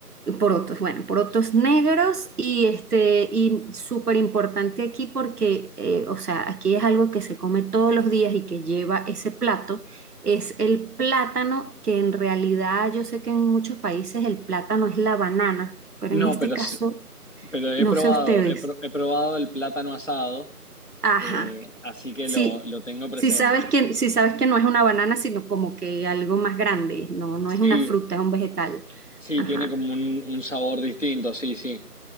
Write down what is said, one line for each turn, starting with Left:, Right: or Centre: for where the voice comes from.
Right: porotos, bueno, porotos negros y este, y súper importante aquí porque, eh, o sea, aquí es algo que se come todos los días y que lleva ese plato, es el plátano, que en realidad yo sé que en muchos países el plátano es la banana, pero
Left: No,
Right: en este
Left: pero,
Right: caso,
Left: s- pero he
Right: no
Left: probado,
Right: sé ustedes.
Left: he, pro- he probado el plátano asado,
Right: Ajá,
Left: eh, así que
Right: sí,
Left: lo, lo tengo presente.
Right: sí sabes que, sí sabes que no es una banana, sino como que algo más grande, no, no
Left: Sí,
Right: es una fruta, es un vegetal.
Left: sí,
Right: Ajá.
Left: tiene como un, un sabor distinto, sí, sí.